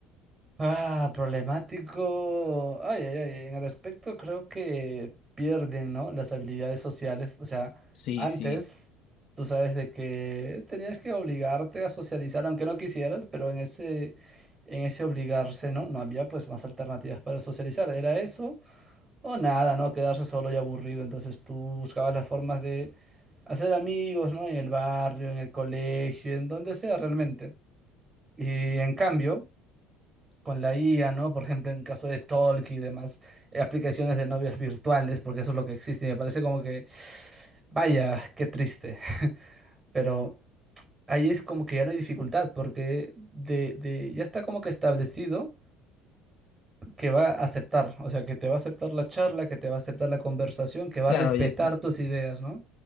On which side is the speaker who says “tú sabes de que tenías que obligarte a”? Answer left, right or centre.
Right